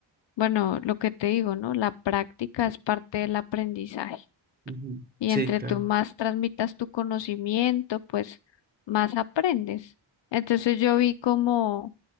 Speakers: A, on the left (about 70°); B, on the right (about 20°).
A: bueno, lo que te digo, ¿no? La práctica es parte del aprendizaje.
B: Ujú.
A: Y
B: Sí,
A: entre
B: claro.
A: tú más transmitas tu conocimiento, pues más aprendes. Entonces yo vi como,